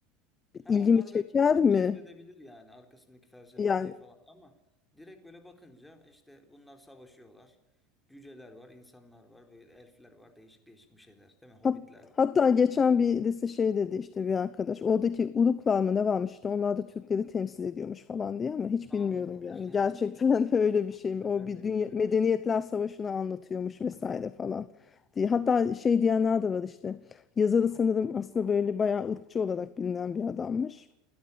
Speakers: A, in the centre; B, on the left (about 25°).
A: Ha,
B: ilgimi
A: onlar
B: çeker
A: belki insanı
B: mi?
A: cezbedebilir yani arkasındaki felsefe
B: Yani
A: neyi falan ama direkt böyle bakınca işte bunlar savaşıyorlar. Cüceler var, insanlar var, böyle elfler var, değişik değişik bir şeyler, değil mi? Hobbitler
B: hat- hatta geçen birisi şey dedi işte bir arkadaş oradaki Uruklar mı ne varmış işte onlar da Türkleri temsil ediyormuş falan diye ama hiç
A: Allah
B: bilmiyorum
A: Allah.
B: yani gerçekten
A: <laughs>
B: <laughs> öyle bir şey mi
A: Ha,
B: o
A: Ben
B: bir
A: de
B: dünya
A: bilmiyorum
B: medeniyetler
A: evet.
B: savaşını anlatıyormuş vesaire
A: Aha.
B: falan diye hatta şey diyenler de var işte yazarı sanırım aslında böyle bayağı ırkçı olarak bilinen bir adammış